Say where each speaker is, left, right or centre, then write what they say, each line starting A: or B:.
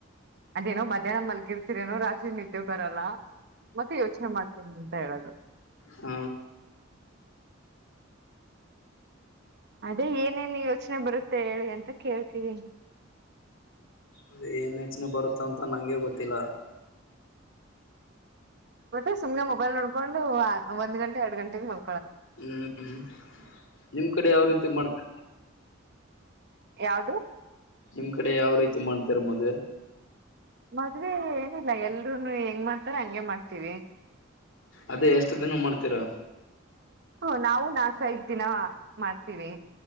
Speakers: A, on the right (about 55°); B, on the left (about 70°).
A: ಅದೇನೋ ಮಧ್ಯಾಹ್ನ ಮಲ್ಗಿರ್ತೀರ ಏನೋ ರಾತ್ರಿ ನಿದ್ದೆ ಬರಲ್ಲ ಮತ್ತೆ ಯೋಚನೆ ಮಾಡ್ತೇನಿ ಅಂತ ಹೇಳದು
B: ಹ
A: ಅದೇ ಏನೇನು ಯೋಚನೆ ಬರುತ್ತೆ ಹೇಳಿ ಅಂದೇ ಕೇಳ್ತೀರಿ
B: ಅದೇ ಏನ್ ಯೋಚನೆ ಬರುತ್ತ ಅಂತ ನಂಗೆ ಗೊತ್ತಿಲ್ಲ
A: ಮತ್ತೆ ಸುಮ್ನೆ ಮೊಬೈಲ್ ನೋಡ್ಕೊಂಡು ಒಂದ್ ಗಂಟೆ ಎರಡ್ ಗಂಟೆಗೆ ಮಲ
B: ಹ್ಮ್ ನಿಮ್ ಕಡೆ ಯಾವ ರೀತಿ ಮಾಡ್ತಾರೆ
A: ಯಾವದು
B: ನಿಮ್ ಕಡೆ ಯಾವ ರೀತಿ ಮಾಡ್ತಾರೆ ಮದ್ವೆ
A: ಮದ್ವೆ ಏನಿಲ್ಲ ಹೇಳ್ರೂನು ಹೆಂಗ್ ಮಾಡ್ತಾರ ಹಂಗೆ ಮಾಡ್ತೀವಿ
B: ಅದೇ ಎಷ್ಟು ದಿನ ಮಾಡ್ತೀರಾ
A: ಹ ನಾವು ನಾಶ ಇ ದಿನ ಮಾಡ್ತೀವಿ